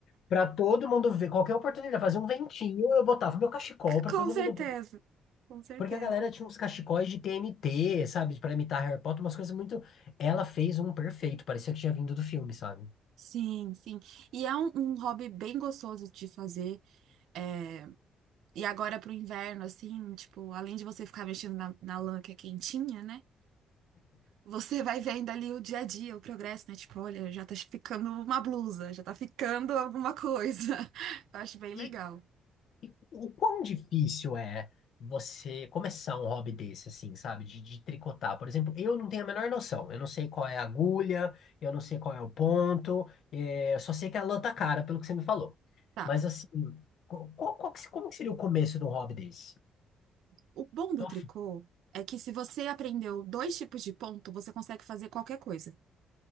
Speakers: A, on the left; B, on the right.
A: Pra todo mundo ver, qualquer oportunidade, fazia um ventinho, eu botava meu cachecol pra
B: Com
A: todo
B: certeza,
A: mundo ver.
B: com certeza.
A: Porque a galera tinha uns cachecóis de TNT, sabe? Pra imitar Harry Potter, umas coisas muito. Ela fez um perfeito, parecia que tinha vindo do filme, sabe?
B: Sim, sim. E é um, um hobby bem gostoso de fazer. É, E agora pro inverno, assim, tipo, além de você ficar mexendo na, na lã que é quentinha, né? Você vai vendo ali o dia a dia, o progresso, né? Tipo, olha, já tá ficando uma blusa, já tá ficando alguma coisa. <laughs> Eu acho bem
A: E,
B: legal.
A: E o quão difícil é você começar um hobby desse, assim, sabe? De, de tricotar. Por exemplo, eu não tenho a menor noção. Eu não sei qual é a agulha, eu não sei qual é o ponto, eh, eu só sei que a lã tá cara, pelo que você me falou.
B: Tá.
A: Mas, assim, co- qual, qual que se- como que seria o começo de um hobby desse?
B: O bom do
A: Tô
B: tricô
A: afim.
B: é que se você aprendeu dois tipos de ponto, você consegue fazer qualquer coisa,